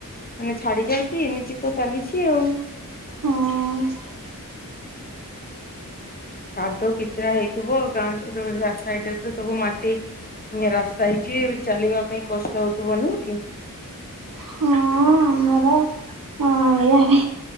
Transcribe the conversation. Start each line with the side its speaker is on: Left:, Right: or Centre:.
Left: ମାନେ ଛାଡି ଯାଉଛି ଏମିତି ତ ଚାଲିଛି ଆଉ।
Right: ହଁ।
Left: ପାାଦୁ କିଚୁରା ହେଇଥିବ ଗାଁ ସାଇ ସବୁ ମାଟି। ରାସ୍ତା ହେଇଛି ଚାଲିବା ପାଇଁ କଷ୍ଟ ହଉଥିବନୁ କି।
Right: ହଁ ଆମର ଇଆଡେ